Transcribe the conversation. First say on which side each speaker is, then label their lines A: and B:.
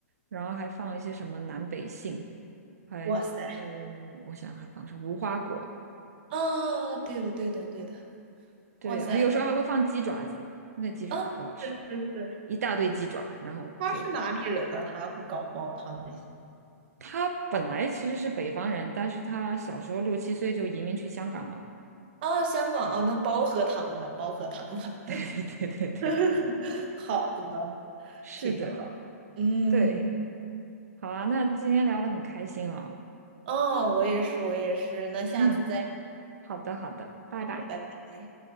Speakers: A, on the right (about 70°); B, on the right (about 35°).
A: 然后还放一些什么南北杏，还呃，
B: 哇塞！
A: 我想还放上无花果，
B: 啊，对的，对的，对的。
A: 对，
B: 哇塞，
A: 还有时候还会放鸡爪子，
B: 那
A: 那个鸡爪可好吃，
B: 啊，是是是，
A: 一大堆鸡爪，然后就
B: 他是哪里人呢？他会搞煲汤这些。
A: 他本来其实是北方人，但是他小时候六七岁就移民去香港了，
B: 哦，香港哦，那煲喝汤的，煲喝汤的，
A: <laughs> 对对对对对，
B: <laughs> 好的呢，
A: 是的，
B: 挺好。嗯，
A: 对，好啊，那今天聊的很开心哦，
B: 哦，我也是，我也是，那下次再
A: 嗯。好的，好的，拜拜。
B: 聊，拜拜。